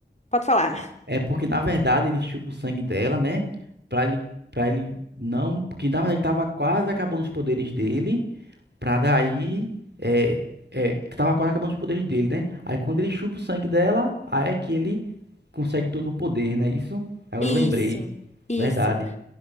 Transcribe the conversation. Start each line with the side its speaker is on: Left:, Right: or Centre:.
Left: pode falar.
Right: É porque, na verdade, ele chupa o sangue dela, né? Pra ele, pra ele não. Porque, na verdade, ele tava quase acabando os poderes dele. Pra daí. É, é, que tava quase acabando os poderes dele, né? Aí, quando ele chupa o sangue dela, aí é que ele consegue todo o poder, né? Isso? Agora
Left: Isso,
Right: eu lembrei.
Left: isso.
Right: Verdade.